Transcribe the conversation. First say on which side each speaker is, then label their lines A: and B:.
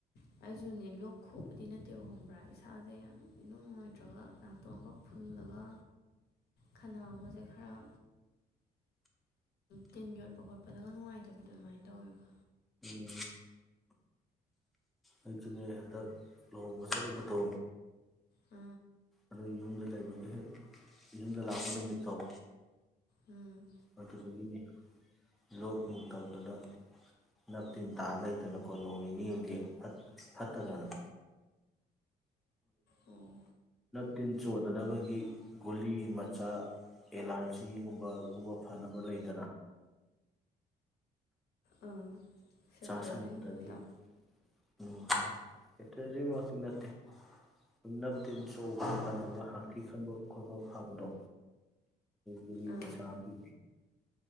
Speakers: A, on the left (about 70°); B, in the centre.
A: ꯍꯣꯏ ꯑꯩꯁꯨꯅꯦ ꯂꯣꯛ ꯈꯨꯣꯛꯄꯗꯤ ꯅꯠꯇꯦꯕ ꯈꯪꯕ꯭ꯔꯥ ꯏꯁꯥꯁꯦ ꯌꯥꯝ ꯏꯅꯅꯨꯡ ꯅꯨꯡꯉꯥꯏꯇ꯭ꯔꯒ ꯅꯥꯥꯇꯣꯡꯒ ꯐꯨꯜꯂꯒ ꯈꯟꯅꯒꯁꯦ ꯈꯔ ꯇꯤꯟ ꯌꯣꯠꯄ ꯈꯣꯠꯄꯗꯒ ꯅꯨꯡꯉꯥꯏꯇꯕꯤꯗꯣ ꯑꯗꯨꯃꯥꯏꯅ ꯇꯧꯋꯦꯕ
B: ꯎꯝ ꯑꯩ ꯆꯅꯦ ꯍꯟꯗꯛ ꯂꯨꯍꯣꯡꯕ ꯆꯠꯂꯨꯕꯗꯣ
A: ꯑ
B: ꯑꯗꯨ ꯌꯨꯝꯗ ꯂꯩꯕꯒꯤ ꯍꯦꯛ ꯌꯨꯝꯗ ꯂꯥꯛꯄ ꯅꯨꯃꯤꯠꯠꯇꯊꯧ
A: ꯎꯝ
B: ꯑꯗꯨꯗꯒꯤꯅꯤ ꯂꯣꯛ ꯅꯨꯡ ꯇꯧꯗꯅ ꯅꯞ ꯇꯤꯟ ꯇꯥ ꯂꯩꯗꯅꯀꯣ ꯅꯣꯡ ꯅꯤꯅꯤ ꯍꯗꯤꯡ ꯐꯠꯇꯖꯅ
A: ꯑꯥ ꯑꯣ
B: ꯄ꯭ꯔꯣꯇꯤꯟ ꯆꯣꯟꯗꯅꯕꯒꯤ ꯒꯨꯂꯤ ꯃꯆꯥ ꯑꯦꯂꯔꯖꯤꯒꯨꯝꯕꯒꯨꯝꯕ ꯐꯅꯕ ꯂꯩꯗꯅ
A: ꯑꯥ ꯁꯦꯇ꯭ꯔꯦꯖꯤꯟꯒꯨꯝꯕꯗꯣ
B: ꯆ ꯁꯟꯕꯗꯒꯤ ꯎꯝ ꯍꯧꯖꯤꯛꯃꯛꯇꯤ ꯅꯠꯇꯦ ꯑꯗꯨ ꯅꯞ ꯇꯤꯟ ꯆꯕ ꯐꯅꯕ ꯍꯛꯊꯤ ꯈꯪꯕ ꯈꯣꯠꯄ ꯐꯕꯗꯣ ꯒꯂꯤ
A: ꯑꯥ
B: ꯃꯁꯥ ꯄꯤ